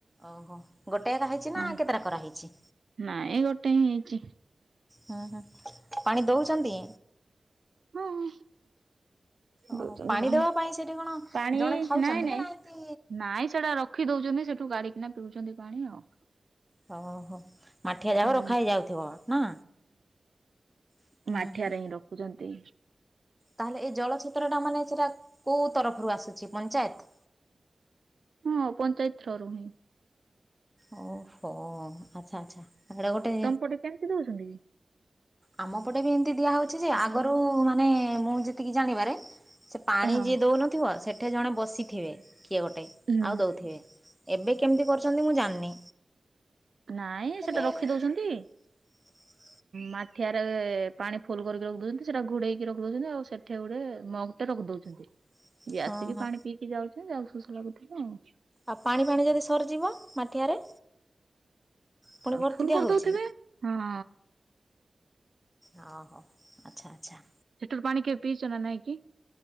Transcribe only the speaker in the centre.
ଓହୋଃ। ଗୋଟେ ହେକା ହେଇଛି ନା?
କେତେଟା କରା ହେଇଛି?
ହୁଁ ହୁଁ। ପାଣି ଦୋଉଛନ୍ତି?
ଓହୋ
ଦେବା ପାଇଁ ସେଠି କଣ
ଜଣେ ଥାଉଛନ୍ତି
କି ନା ଏମିତି
ଆଉ ହଁ ହଁ। ମାଠିଆ ଯାକ
ରଖା ହେଇ ଯାଉଥିବ ନା? ହୁଁ
ହୁଁ
ତାହେଲେ ଏଇ ଜଳ ଛତ୍ରଟା ମାନେ ସେଟା କୋଉ ତରଫରୁ ଆସୁଛି ପଞ୍ଚାୟେତ୍?
ଓ ହୋଃ। ଆଚ୍ଛା ଆଚ୍ଛା। ତ ସେଇଟା ଗୋଟେ
ଆମ ପଟେ ବି ଏମିତି ଦିଆ ହୋଉଛି ଯେ, ଆଗରୁ ମାନେ ମୁଁ ଯେତିକି ଜାଣିବାରେ ସେ ପାଣି
ଯିଏ ଦୋଉନଥିବ? ସେଠେଏ ଜଣେ ବସିଥିବେ, କିଏ ଗୋଟେ?
ଆଉ ଦଉଥିବେ। ଏବେ କେମିତି କରୁଛନ୍ତି। ମୁଁ ଜାଣିନି।
ଏବେ
<inaudible>
<unintelligible>
ହଁ
ଆଉ ପାଣି ଫାଣି ଯଦି ସରିଯିବ ମାଠିଆରେ। ପୁଣି
ଭର୍ତ୍ତି
ଦିଆହଉଛି।
ଅ ହଉ ଆଚ୍ଛା ଆଚ୍ଛା।